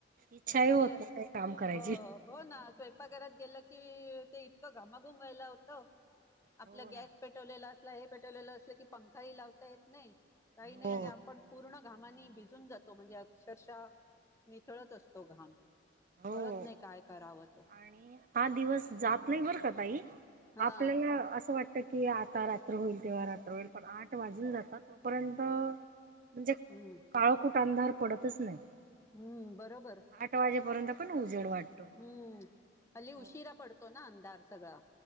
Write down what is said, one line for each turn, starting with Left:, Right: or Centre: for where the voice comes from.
Right: इच्छाही
Left: म्हणजे
Right: होत नाही काही काम करायची
Left: हो. हो ना स्वयंपाघरात गेलं. कि ते इतकं घामाघुमवायला होतं. आपला
Right: हो
Left: गॅस
Right: ना
Left: पेटवलेला अस हे पेटवलेलं असलं की पंखाही लावता येत नाही. काही नाही
Right: हो
Left: आणि आपण पूर्ण. घामाने भिजून जातो म्हणजे अक्षरशः निथळत असतो.
Right: हो
Left: कळत नाही काय करावत
Right: आणि हा दिवस जात नाही बर का ताई.
Left: हा
Right: आपल्याला असं वाटत. की आता रात्र होईल. तेव्हा रात्र होईल. पण आठ वाजून जाता तोपर्यंत. म्हणजे
Left: हम्म
Right: काळ कुठ. अंधार पडतच नाही.
Left: हम्म. बरोबर
Right: आठ वाजेपर्यंत पण उजेड वाटतो ना
Left: हम्म. हल्ली
Right: हो
Left: उशीरा पडतो ना. अंधार सगळा.